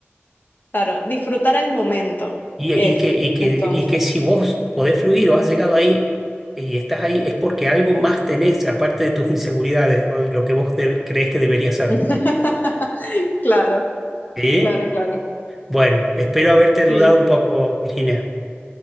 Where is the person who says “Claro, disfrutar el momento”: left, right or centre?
Left